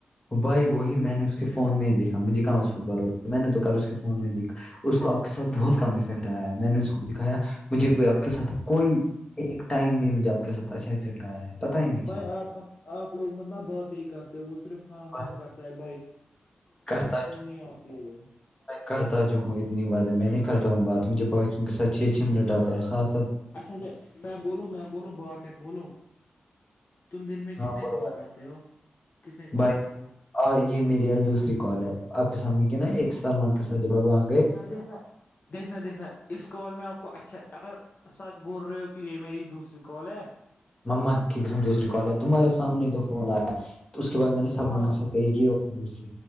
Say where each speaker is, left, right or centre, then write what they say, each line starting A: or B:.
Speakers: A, on the left; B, on the left.
A: بھائی وہی میں نے اس کے فون میں ہی دیکھا مجھے کہاں اس پہ بوسہ میں نے تو کل اس کے فون میں دیکھا اس کو آپ کے ساتھ بہت کم افیکٹ آیا ہے میں نے اس کو دکھایا مجھے آپ کے ساتھ کوئی ایک ٹائم نہیں مجھے آپ کے ساتھ اچھافیکٹ آیا ہے پتا ہی نہیں
B: بھائی
A: کیوں
B: آپ لوگ مطلب بات ہی کرتے وہ صرف ہاں ہاں
A: بھائی
B: کرتا ہے بائک
A: کرتا
B: ہوتی ہے وہ
A: کرتا جو ہوں اتنی بات ہے میں نہیں کرتا ہوں بات مجھے باقیوں کے ساتھ چھ چھ منٹ آتا ہے ساتھ
B: اچھا اچھا میں بولوں میں بولوں باتک بولو تم دن میں
A: ہاں
B: کتنے
A: بولو
B: کال
A: بھائی
B: کرتے ہو کتنے کال
A: بھائی
B: کرتے ہو
A: آ یہ میری آج دوسری کال ہے آپ کے سامنے کی نا ایک سلمان کے سھ سج بابا
B: جیا د ہ دیکھنا دیکھنا اس کال میں آپ کو اچھا ہے اگر سچ بول رہے ہو کہ یہ میری دوسری کال ہے
A: مما کیسم د دوسری کال ہے تمہارے سامنے تو فون آ تو اس کے بعد میں نے سلمان
B: ہاں
A: کے ساتھ ایک اور دوسے